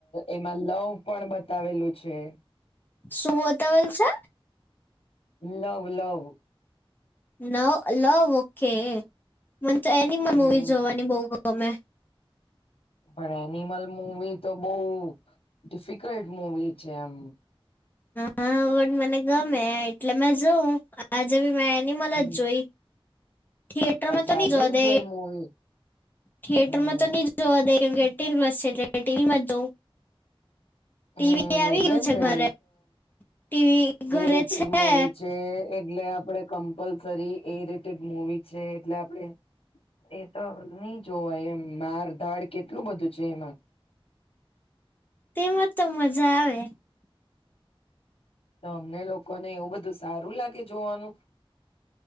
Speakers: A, on the left; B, on the left.
A: એમાં લવ પણ બતાવેલું છે.
B: શું બતાવેલું છે?
A: લવ લવ
B: નવ લવ ઓકે. મન તો એનિમલ
A: હમ
B: મૂવી જોવાની બઉ ગમે.
A: પણ એનિમલ મૂવી તો બઉ ડિફિકલ્ટ મુવી છે એમ.
B: હા બટ મને ગમે એટલે મે જોઉં આજે બી મે એનિમલ
A: હમ
B: જ જોઈ થિયેટરમાં
A: અચ્છા
B: તો ની
A: આજે
B: જોવા
A: બી
B: દેય
A: જોઈ મૂવી
B: થિયેટરમાં
A: હમ
B: તો ની જોવા દેય કેમ કે એટીન પલ્સ છે એટલે ટીવી માં જ જોઉં
A: હમ્મ
B: ટીવી આવી
A: એટલે
B: ગયું છે
A: ને
B: ઘરે ટીવી ઘરે
A: <unintelligible>
B: છે
A: મુવી છે એટલે આપણે કમ્પલસરી એ રટેડ મુવી છે એટલે આપણેે એ તો નહી જોવાય એમ મારધાડ કેટલું બધું છે એમાં
B: તેમાં તો મજા આવે
A: તો અમને લોકોને એવું બધું સારું લાગે જોવાનું